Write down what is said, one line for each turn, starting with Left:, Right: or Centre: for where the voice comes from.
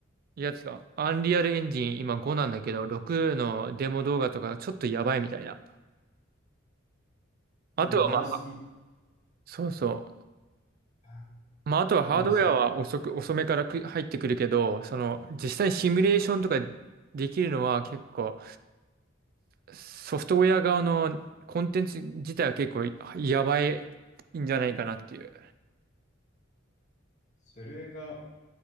Right: やつが、アンリアルエンジン今5なんだけど、6のデモ動画とかがちょっとやばいみたいな。あとはまあ、
Left: えリアルすぎ。
Right: そうそ
Left: あ
Right: う。まああとはハードウェアは遅く、
Left: でもさ、
Right: 遅めからく入ってくるけど、その実際にシミュレーションとかできるのは結構、ソソフトウェア側のコンテンツ自体は結構やばいんじゃないかなっていう。
Left: それが